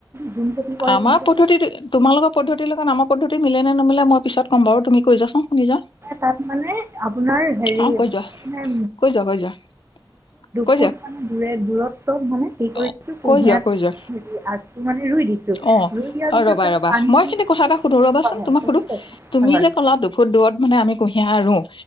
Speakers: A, on the right; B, on the left.
A: যোন খেতি কৰে
B: আমাৰ
A: তেনেকৈ
B: পদ্ধতিটো তোমালোকৰ পদ্ধতিৰ লগত আমাৰ পদ্ধতি মিলে নে নিমিলে মই পিছত ক'ম বাৰু, তুমি কৈ যোৱাচোন শুনি যাও।
A: তাত মানে আপোনাৰ হেৰি
B: অ', কৈ যোৱা
A: আপোনাৰ
B: কৈযোৱা-কৈযোৱা।
A: ফুট মানে দূৰে দূৰত্বত মানে কি কৰিছো
B: অ
A: কুঁহিয়াত
B: কৈ যোৱা কৈ যোৱা
A: হেৰি আগটো মানে ৰুই দিছোঁ
B: অ',
A: ৰুই দিয়াৰ পিছত
B: ৰবা-ৰবা
A: তাত পানী
B: মই এই
A: দি
B: খিনিতে কথা এটা সুধো ৰবাচোন
A: হয় হয়
B: তোমাক
A: বুজি
B: সুধো,
A: পাইছোঁ
B: তুমি যে ক'লা
A: হয়
B: দুফুট দূৰত মানে আমি কুঁহিয়াৰ ৰোঁ